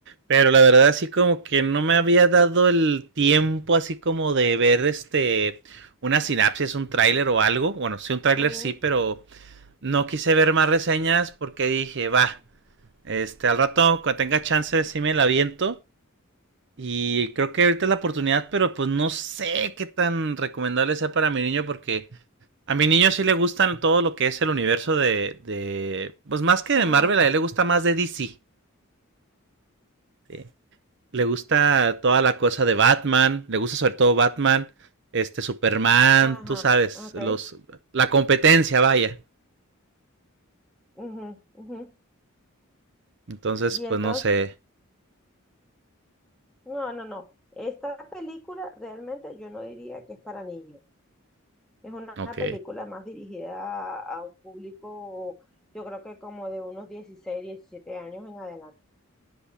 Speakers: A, on the right; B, in the centre.
A: pero la verdad así como que no me había dado el tiempo así como de ver este una sinapsis, un tráiler o algo. Bueno, sí un tráiler
B: Ujú,
A: sí, pero no quise ver más reseñas porque dije, va, este al rato cuando tenga chance sí me la aviento. Y creo que ahorita es la oportunidad, pero pues no sé qué tan recomendable sea para mi niño porque a mi niño sí le gustan todo lo que es el universo de, de pues más que
B: mm,
A: de Marvel, a él le gusta más de DC. ¿sí? Le gusta toda la cosa de Batman, le gusta sobre todo Batman, este Superman,
B: ajá,
A: tú sabes,
B: ok.
A: los la competencia, vaya.
B: ujú, ujú.
A: Entonces,
B: Y
A: pues
B: entonces,
A: no sé.
B: no, no, no. Esta película realmente yo no diría que es para niños. Es una
A: Ok.
B: película más dirigida a, a un público, yo creo que como de unos 16 17 años en adelante,